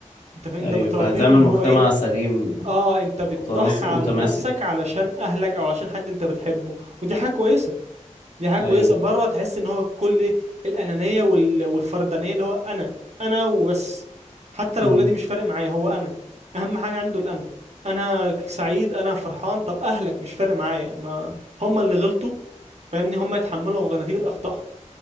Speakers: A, on the right (about 60°); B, on the left (about 80°).
A: انت فاهم
B: ايوه
A: ده بتربيهم
B: فهتعمل
A: ان
B: مجتمع
A: هو ايه
B: سليم
A: اه انت بتضحي
B: متناص متماسك
A: على نفسك علشان اهلك او عشان حد انت بتحبه ودي حاجة كويسة دي حاجه
B: ايوه
A: كويسه بره تحس ان هو كل ايه الانانيه وال... والفردانيه اللي هو انا انا وبس حتى
B: مم.
A: لو ولادي مش فارق معايا هو انا اهم حاجه عنده الانا انا سعيد انا فرحان طب اهلك مش فارق معايا ما هم اللي غلطوا فاهمني هم يتحملوا نتيجه اخطائهم